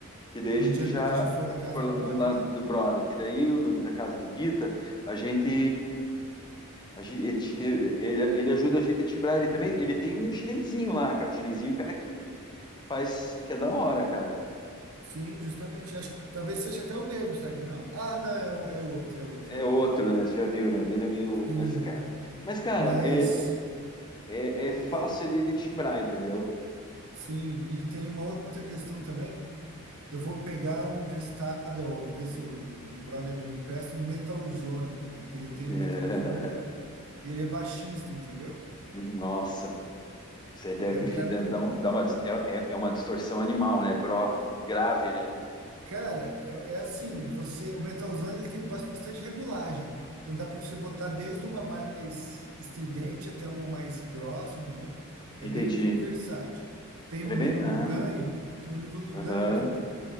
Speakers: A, on the left (about 20°); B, on the right (about 85°).
A: que daí
B: no
A: a gente
B: dia
A: já,
B: que a gente for na casa
A: por
B: do brother
A: lá lá
B: lá,
A: do brother, que daí eu, no- na casa do Guita, a gente, a gente, a gente- ele, ele ajuda a gente a tibrar ele também, ele tem um chinesinho lá, cara, um chinesinho, cara, que faz, que é da hora, cara.
B: Sim, justamente. Acho que talvez seja até o mesmo, será que não? Ah, não, é, o- é outro, é outro,
A: É
B: é outro.
A: outro, né? Você já viu, né? O dele é meio.
B: Sim,
A: Mas, cara, mas, cara
B: mas
A: é, é, é fácil
B: o que eu.
A: ele de timbrar, entendeu?
B: Sim, e tem uma outra questão também. Eu vou pegar um emprestado, ou ver se eu, um brother meu me empresta um Metalzone, cara, que ele tem
A: É.
B: um Metalzone e ele é baixista, entendeu?
A: <laughs> Nossa, você deve
B: Daí eu
A: fi-
B: quero.
A: deve dar um- dar uma, dis- é, é- é uma distorção animal, né? Gro, grave, né?
B: Cara, é, é assim, você, o metalzão ele tem bastante regulagem. Então dá para você botar desde uma mais estridente até uma mais grossa, entendeu?
A: Entendi.
B: É bem versátil. Tem
A: Ele
B: o
A: é
B: nível
A: bem. Ah,
B: do ganho, tem o nível do
A: aham.
B: ganho também.